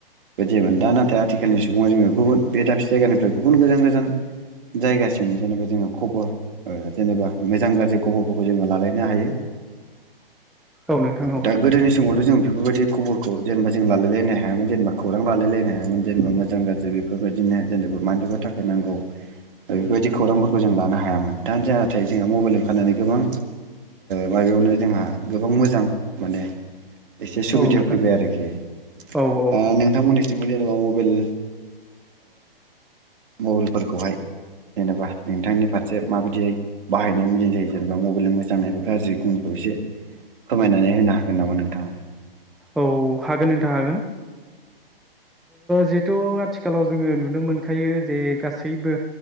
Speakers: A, on the right (about 60°); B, in the centre.
A: बेदि जायोमोन दा नाथाय आथिखालनि सुबुङाव जोङो गुबुन बे दाबसे जायगानिफ्राय गुबुन गोजान गोजान जायगा। जेनेबा जोङो खबर जेनेबा मोजां गाज्रि खबरफोरखौ जोङो लालायनो हायो।
B: औ नोंथां औ
A: दा गोदोनि समावथ' जों बेफोरबायदि खबरखौ जेनेबा जों लालायलायनो हायामोन जेनेबा खौरां लालायलायनो हायामोन जेनेबा मोजां गाज्रि बेफोरबायदिनो जेनेबा मानोबा थाखाय नांगौ बेफोरबायदि। खौरांफोरखौ जों लानो हायामोन दा जाथथाय जोंहा मबाइल ओंखारनानै गोबां माबायावनो जोंहा गोबां मोजां माने। एसे सुबिदायाव
B: औ नोंथां
A: फैबाय आरोखि
B: औ औ
A: दा नोंथांमोननिसो जेनबा मबाइल मबाइलफोरखौहाय जेनेबा नोंथांनि फारसे माबायदिय बाहायनानै मोजां जायो जेनेबा मबाइलनि मोजां नाय गाज्रि गुबुनखौ एसे फोरमायनानै होनो हागोन नामा नोंथाङा?
B: औ हागोन नोंथां हागोन। जिहेथु आथिखालाव जोङो नुनो मोनखायो जे गासै गासैबो